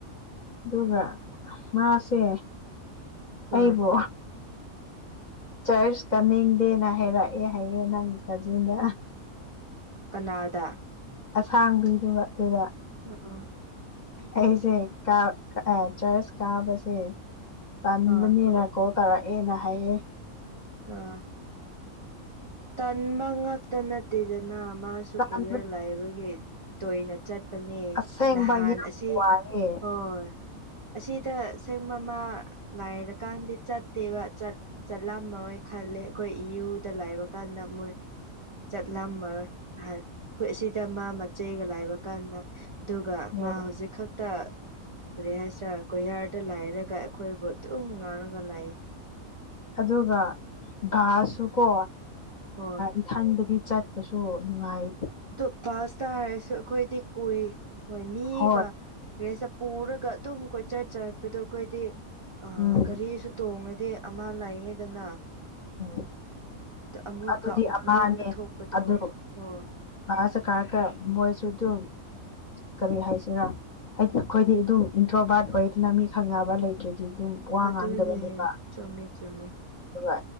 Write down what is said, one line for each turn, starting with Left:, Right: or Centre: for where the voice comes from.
Left: ꯑꯗꯨꯒ ꯃꯥꯁꯦ
Right: ꯍꯣꯏ
Left: ꯑꯩꯕꯨ ꯆꯔꯆ ꯀꯟꯅꯤꯡꯗꯦꯅ ꯍꯥꯏꯔꯛꯑꯦ ꯍꯥꯏꯌꯦ ꯅꯪꯒꯤ ꯀꯥꯖꯤꯟꯗ
Right: ꯀꯅꯥꯗꯥ
Left: ꯑꯁꯥꯡꯕꯤꯗꯨꯒ ꯑꯗꯨꯗ
Right: ꯍꯣꯏ
Left: ꯑꯩꯁꯦ ꯆꯔꯆ ꯀꯥꯕꯁꯦ ꯄꯥꯟꯕꯅꯤꯅꯀꯣ
Right: ꯑꯥ
Left: ꯇꯧꯔꯛꯑꯦꯅ ꯍꯥꯏꯌꯦ
Right: ꯑ ꯇꯟ ꯃꯪꯒ ꯇꯅ ꯇꯗꯅꯥ ꯃꯥꯁ ꯁꯨ
Left: ꯇꯟꯕꯅꯦ
Right: ꯀꯨꯌꯔ ꯂꯥꯏꯕꯒꯤ ꯇꯣꯏꯅ ꯆꯠꯄꯅꯦ
Left: ꯑꯁꯦꯡꯕ
Right: ꯅꯍꯥꯟ
Left: ꯌꯥꯝ
Right: ꯑꯁꯤ
Left: ꯋꯥꯏꯑꯦ
Right: ꯍ ꯑꯁꯤꯗ ꯑꯁꯦꯡ ꯃꯃꯥ ꯂꯥꯏꯔꯀꯥꯟꯗꯤ ꯆꯠꯇꯦꯕꯠ ꯆꯠꯂꯝꯃꯣꯏ ꯈꯜꯂꯦ ꯑꯩꯈꯣꯏ ꯏꯨꯗ ꯂꯥꯏꯕ ꯀꯥꯟꯗ ꯃꯣꯏ ꯆꯠꯂꯝꯃ ꯑꯍ ꯈꯨꯠ ꯑꯁꯤꯗ ꯃꯥ ꯃꯆꯩꯒ ꯂꯥꯏꯕ ꯀꯥꯟꯗ ꯑꯗꯨꯒ
Left: ꯍꯣꯏ
Right: ꯃꯥ ꯍꯧꯖꯤꯛ ꯈꯛꯇ ꯀꯔꯤ ꯍꯥꯏꯁꯤꯔꯥ ꯀꯣꯍꯔꯗ ꯂꯥꯏꯔꯒ ꯑꯩꯈꯣꯏꯕꯨ ꯑꯗꯨꯝ ꯉꯥꯎꯔꯒ ꯂꯥꯏꯑ
Left: ꯑꯗꯨꯒ ꯕꯥꯁꯁꯨꯀꯣ
Right: ꯍꯣꯏ
Left: ꯏꯊꯟꯗꯗꯤ ꯆꯠ ꯁꯨ ꯅꯨꯡꯉꯥꯏ
Right: ꯑꯗꯨ ꯄꯥꯁꯇ ꯍꯥꯏꯔꯁꯨ ꯑꯩꯈꯣꯏꯗꯤ ꯀꯨꯏ ꯍꯣꯏ ꯃꯤꯒ
Left: ꯍꯣꯏ
Right: ꯔꯤꯁꯦ ꯄꯨꯔꯒ ꯑꯗꯨꯝ ꯀꯣꯏꯆꯠ ꯆꯠꯄꯗꯣ ꯑꯩꯈꯣꯏꯗꯤ ꯑ
Left: ꯎꯝ
Right: ꯘꯔꯤꯁꯨ ꯇꯣꯡꯉꯗꯤ ꯑꯃ ꯂꯥꯏꯉꯦꯗꯅ
Left: ꯎꯝ
Right: ꯑꯃꯨꯛꯀ
Left: ꯑꯗꯨꯗꯤ
Right: ꯑꯣꯛꯅꯤꯡꯕ
Left: ꯑꯃꯅꯦ
Right: ꯊꯣꯛꯄꯗꯣ
Left: ꯑꯗꯨ
Right: ꯑꯣ
Left: ꯃꯥꯁ ꯀꯥꯔ ꯀ ꯃꯣꯏꯁꯨ ꯑꯗꯨ ꯀꯔꯤ ꯍꯥꯏꯁꯤꯔ ꯍꯥꯏꯗꯤ ꯑꯩꯈꯣꯏꯗꯤ ꯑꯗꯨꯝ ꯏꯟꯊ꯭ꯔꯣꯕꯥꯠ ꯑꯣꯏꯔꯗꯅ ꯃꯤ ꯈꯪꯅꯕ ꯂꯩꯇ꯭ꯦ ꯗꯤ ꯑꯗꯨꯝ ꯋꯥ
Right: ꯑꯗꯨꯅꯦ
Left: ꯉꯥꯡꯗꯕꯅꯦꯕ
Right: ꯆꯨꯝꯃꯦ ꯆꯨꯝꯃꯦ
Left: ꯑꯗꯨꯒ